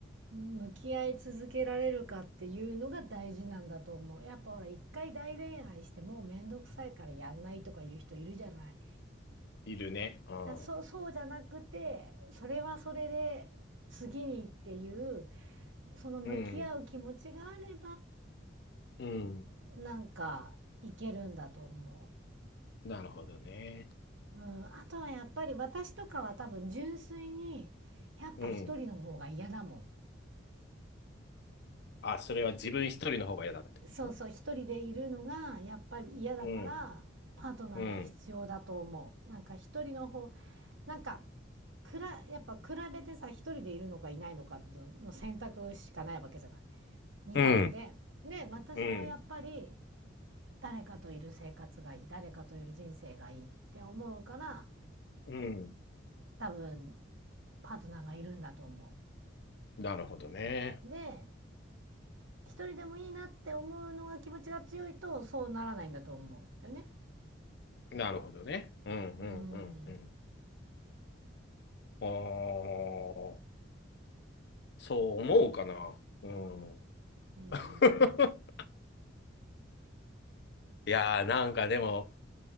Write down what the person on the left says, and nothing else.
いるね。うん。
うんうん。
なるほどね。
うん。あ、それは自分一人の方が嫌だってこ
とうんうん
うんうん
うん
なるほどね。
なるほどね。うんうんうんうん。
あーそう思うかな。うん。
<laughs> いやーなんかでも、